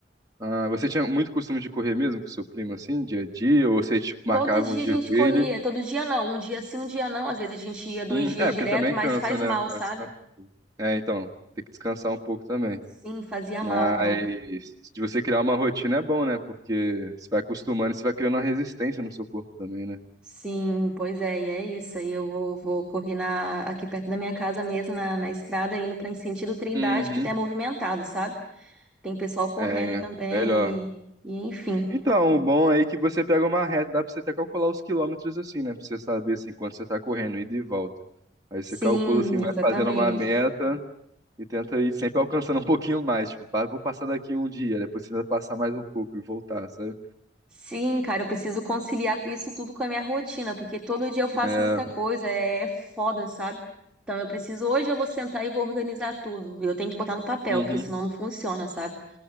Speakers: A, on the right (about 20°); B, in the centre.
A: Ah, você tinha muito costume de correr mesmo com seu primo, assim, dia a dia? Ou você, tipo, marcava
B: Todo dia
A: um dia
B: a gente
A: com
B: corria.
A: ele?
B: Todo dia não. Um dia sim, um dia não. Às vezes a gente ia dois
A: Hum,
B: dias
A: é,
B: direto,
A: porque também
B: mas
A: cansa,
B: faz
A: né?
B: mal,
A: Dá
B: sabe?
A: descanso. É, então, tem que descansar um pouco também.
B: Sim, fazia
A: Mas
B: mal, cara.
A: de você criar uma rotina é bom, né? Porque você vai acostumando, e você vai criando uma resistência no seu corpo também, né?
B: Sim, pois é, e é isso. Aí eu vou, vou correr na, aqui perto da minha casa mesmo, na, na estrada, indo para em sentido Trindade,
A: Uhum.
B: que é movimentado, sabe? Tem pessoal correndo
A: É,
B: também
A: melhor.
B: e, e enfim.
A: Então, o bom aí é que você pega uma reta, dá pra você até calcular os quilômetros assim, né? Pra você saber assim quanto você tá correndo, ida e volta. Aí
B: Sim,
A: você calcula assim, vai
B: exatamente.
A: fazendo uma meta. E tenta ir sempre alcançando um pouquinho mais. Tipo, pá, vou passar daqui um dia, depois tenta passar mais um pouco e voltar, sabe?
B: Sim, cara, eu preciso conciliar com isso tudo com a minha rotina, porque todo dia eu faço
A: É.
B: muita coisa, é, é foda, sabe? Então eu preciso, hoje eu vou sentar e vou organizar tudo. Eu tenho que botar no papel,
A: Uhum.
B: porque senão não funciona, sabe?